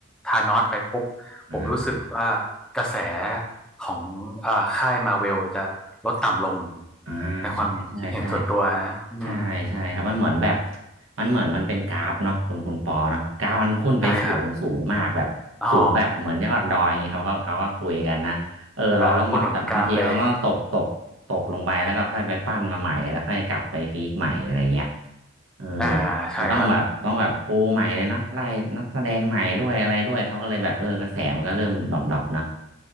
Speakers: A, in the centre; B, on the right.
A: ธานอสไปปุ๊บผมรู้สึกว่า
B: อ่า
A: กระแสของอ่าค่ายมาเวลจะลดต่ำลง
B: อ่าใช่ใช่ใช่
A: ในความคิดเห็นส่วนตัวนะอืม
B: ใช่ใช่ครับมันเหมือนแบบมันเหมือนมันเป็นกราฟเนาะคุณคุณปอเนาะกราฟมันพุ่นไปสูงสูงมากแบบสูงแบบเหมือนยอดดอยอย่างงี้เขาก็เขาก็คุยกันนะเออเราต้องมาแต่บางทีมันก็ตกตกตกลงไปแล้วก็ค่อยไปปั้นมาใหม่แล้วค่อยกลับไปพีคใหม่อะไรเงี้ย
A: ใช่ครับอ๋ออ่าพูดเหมือนกราฟเลย
B: เออ
A: อ่าใช่ครับ
B: มันต้องแบบต้องแบบปูใหม่เลยนะไล่นักแสดงใหม่ด้วยอะไรด้วยเขาก็เลยแบบเออกระแสมันก็เริ่มดรอปๆเนาะ